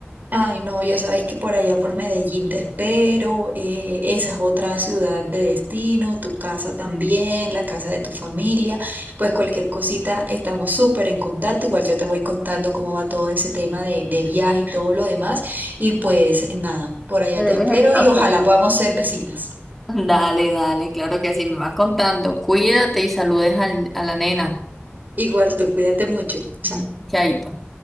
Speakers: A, on the right; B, in the centre.
A: Ay, no, ya sabes que por allá por Medellín te espero, eh, esa es otra ciudad de destino, tu casa también, la casa de tu familia, pues cualquier cosita estamos súper en contacto, igual yo te voy contando cómo va todo ese tema de, de viaje y todo lo demás, y pues nada, por allá
B: Me debes
A: te espero
B: el café.
A: y ojalá podamos ser vecinas.
B: <laughs> Dale, dale, claro que sí, me vas contando. Cuídate y saludes al- a la nena.
A: Igual tú cuídate mucho. chao.
B: Mm, Chaito.